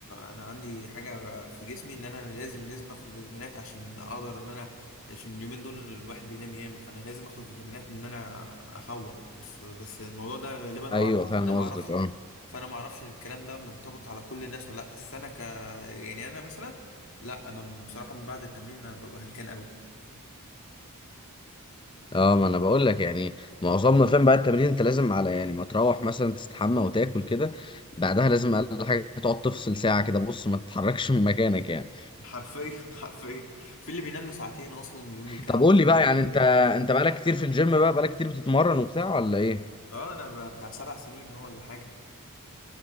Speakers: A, on the left (about 60°); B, on the left (about 20°).
A: أنا عندي حاجة في جسمي إن أنا لازم لازم آخد فيتامينات عشان أقدر إن أنا عشان اليومين دول الواحد بينام ياما فأنا لازم آخد فيتامينات إن أنا أفوق بس بس الموضوع ده غالبا
B: ايوه
A: عارف
B: فاهم
A: أنا معرفش
B: قصدك اه
A: فأنا معرفش الكلام ده منطبق على كل الناس ولا لأ بس أنا ك يعني أنا مثلا لأ أنا بصراحة من بعد التمرين أنا ببقى هلكان قوي
B: اه ما انا بقول لك يعني معظمنا فاهم بعد التمرين انت لازم على يعني ما تروح مثلا تستحمى وتاكل كده بعدها لازم اقل حاجه تقعد تفصل ساعه كده بص ما تتحركش من مكانك يعني
A: حرفيا <laughs> حرفيا في اللي بينام له ساعتين أصلا يوم يكمل
B: طب قول لي
A: في
B: بقى
A: اللي-
B: يعني انت انت بقالك كتير في الجيم بقى بقالك كتير بتتمرن وبتاع ولا ايه
A: أه أنا ب- بتاع سبع سنين أهو ولا حاجة